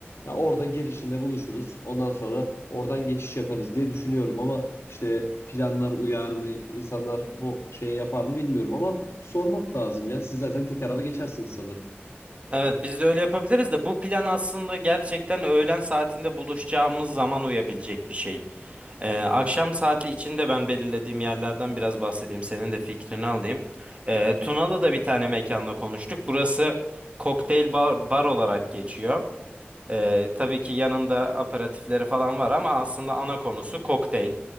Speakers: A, on the left; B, on the right.
A: Ya orada girişinde buluşuruz. Ondan sonra oradan geçiş yaparız diye düşünüyorum ama işte planlar uyar mı, insanlar bu şeyi yapar mı bilmiyorum ama sormak lazım ya. Siz zaten tek araba geçersiniz sanırım.
B: Evet biz de öyle yapabiliriz de bu plan aslında gerçekten öğlen saatinde buluşacağımız zaman uyabilecek bir şey. Ee, akşam saati içinde ben belirlediğim yerlerden biraz bahsedeyim. Senin de fikrini alayım. Ee, Tunalı'da bir tane mekanla konuştuk. Burası kokteyl bar, bar olarak geçiyor. Ee, tabii ki yanında aperatifleri falan var ama aslında ana konusu kokteyl.